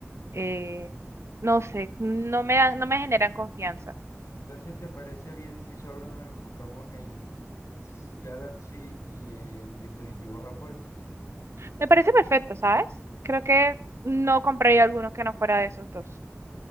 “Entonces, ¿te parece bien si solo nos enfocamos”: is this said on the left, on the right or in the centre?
Left